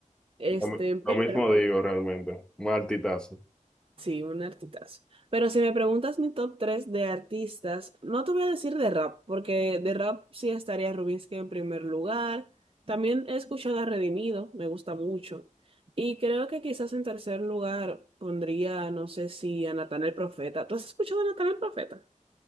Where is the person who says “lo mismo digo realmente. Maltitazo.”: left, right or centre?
Centre